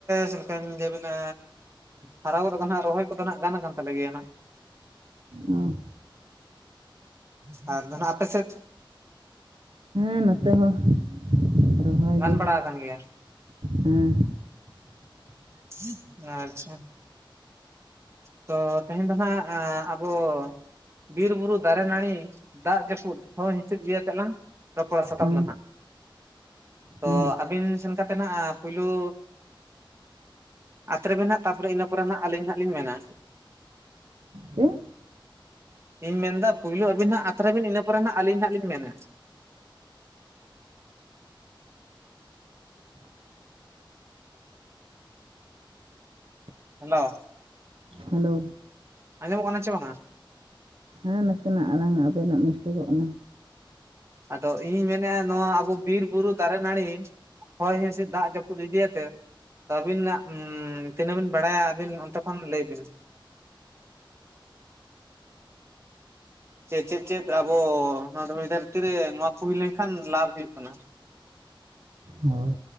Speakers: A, on the right (about 30°); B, on the right (about 75°).
A: ᱪᱮᱫ ᱠᱟᱧ ᱞᱟᱹᱭᱟᱵᱤᱼᱱᱟᱻ ᱦᱟᱨᱟ ᱜᱚᱫ ᱠᱟᱱ ᱦᱟᱜ ᱨᱚᱦᱚᱭ ᱠᱚᱫᱚ ᱱᱟᱜ ᱜᱟᱱ ᱠᱟᱱ ᱛᱟᱞᱮ ᱜᱮᱭᱟ ᱱᱟᱸᱜ᱾
B: ᱚᱻ
A: ᱟᱨ ᱫᱚᱱᱟᱜ ᱟᱯᱮ ᱥᱮᱫ
B: ᱦᱮᱸ ᱱᱚᱛᱮ ᱦᱚᱸ ᱨᱚᱦᱚᱭ
A: ᱜᱟᱱ
B: ᱜᱮ
A: ᱵᱟᱲᱟ ᱟᱠᱟᱱ ᱜᱮᱭᱟ
B: ᱦᱮᱸ
A: <unintelligible> ᱟᱪᱪᱷᱟ, ᱛᱚ ᱛᱮᱦᱮᱸᱧ ᱫᱚ ᱱᱟᱸᱜ ᱟ ᱟᱵᱚ ᱵᱤᱨ ᱵᱩᱨᱩ ᱫᱟᱨᱮ ᱱᱟᱹᱲᱤ ᱫᱟᱜ ᱡᱟᱹᱯᱩᱫ ᱦᱚᱭ ᱦᱤᱸᱥᱤᱫ ᱜᱮ ᱠᱟᱱᱟ ᱛ ᱠᱚ <inaudible> ᱥᱟᱛᱟᱢ
B: ᱦᱮᱸ
A: ᱫᱚ ᱱᱟᱸᱜ ᱛᱚ
B: ᱦᱮᱸ
A: ᱟᱵᱤᱱ ᱥᱮᱱ ᱠᱟᱛᱮ ᱱᱟᱜ ᱯᱩᱭᱞᱩᱻ ᱟᱛᱨᱮ ᱢᱮ ᱱᱟᱜ ᱛᱟᱯᱚᱨᱮ ᱤᱱᱟᱹ ᱯᱚᱨᱮ ᱦᱟᱸᱜ ᱟᱹᱞᱤᱧ ᱦᱟᱸᱜ ᱞᱤᱧ ᱢᱮᱱᱟ᱾
B: ᱪᱮᱫ
A: ᱤᱧ ᱢᱮᱱ ᱫᱟ ᱯᱩᱭᱞᱳ ᱟᱵᱤᱱ ᱦᱟᱸᱜ ᱟᱛᱨᱮ ᱵᱤᱱ ᱤᱱᱟᱹᱯᱚᱨᱮ ᱦᱟᱸᱜ ᱟᱹᱞᱤᱧ ᱦᱟᱸᱜ ᱞᱤᱧ ᱢᱮᱱᱟ ᱦᱮᱞᱳ,
B: ᱦᱮᱞᱳ,
A: ᱟᱸᱡᱚᱢᱚᱜ ᱠᱟᱱᱟ ᱪᱮ ᱵᱟᱝᱟ
B: ᱦᱮᱸ ᱱᱟᱥᱮᱱᱟᱜ ᱟᱲᱟᱝ ᱟᱵᱤᱱᱟᱜ ᱢᱤᱥᱴᱮᱠᱚᱜ ᱠᱟᱱᱟ
A: ᱟᱫᱚ ᱤᱧᱤᱧ ᱢᱮᱱᱮᱜᱼᱟ ᱱᱚᱣᱟ ᱟᱵᱚ ᱵᱤᱨ ᱵᱩᱨᱩ ᱫᱟᱨᱮ ᱱᱟᱹᱲᱤ ᱦᱳᱭ ᱦᱤᱥᱤᱫ ᱫᱟᱜ ᱡᱟᱹᱯᱩᱫ ᱤᱫᱤᱭᱟᱛᱮᱜ ᱛᱚ ᱟᱹᱵᱤᱱᱟᱜ ᱛᱤᱱᱟᱹᱜ ᱵᱤᱱ ᱵᱟᱲᱟᱭᱟ ᱟᱹᱵᱤᱱ ᱚᱱᱛᱮ ᱠᱷᱚᱱ ᱞᱟᱹᱭ ᱵᱤᱱ ᱥᱮ ᱪᱮᱫ ᱪᱮᱫ ᱟᱵᱚ ᱱᱚᱣᱟ ᱫᱷᱩᱲᱤ ᱫᱷᱟᱨᱛᱤ ᱱᱚᱣᱟ ᱠᱚ ᱦᱩᱭ ᱞᱮᱱᱠᱷᱟᱱ ᱞᱟᱵᱷ ᱦᱩᱭᱩᱜ ᱠᱟᱱᱟ
B: ᱦᱳᱭ